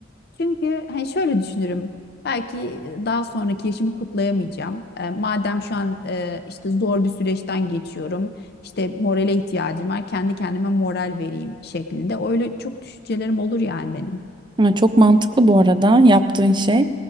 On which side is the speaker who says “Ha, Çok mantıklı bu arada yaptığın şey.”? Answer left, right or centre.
Right